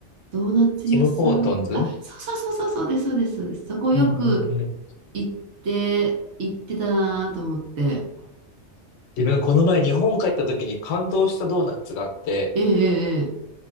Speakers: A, on the right; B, on the left.
A: ドーナツ屋さん。
B: ティム・ホートンズ
A: あ、そうそうそうそう、そうです、そうです、そうです。そこよく
B: うんうんうん。
A: 行って、行ってたなと思って。
B: 自分、この前日本帰った時に感動したドーナツがあって、
A: ええええええ。